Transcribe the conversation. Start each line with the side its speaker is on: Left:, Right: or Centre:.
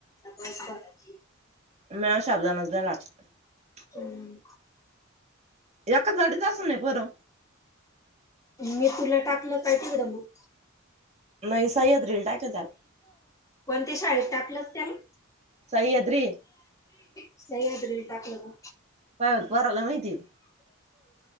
Left: बस बराय
Right: म शब्दा नचता लाग <unintelligible>
Left: हम्
Right: एका गाडीत तास नाही पर.
Left: मी तुला टाकलं काहितीकडं मग.
Right: नाही सह्याद्रीला टाकेल त्याला
Left: कोण ते शाळेत टाकलंच त्याला.
Right: सह्याद्री
Left: सईद्री टाकल का.
Right: पाय पराला माहिती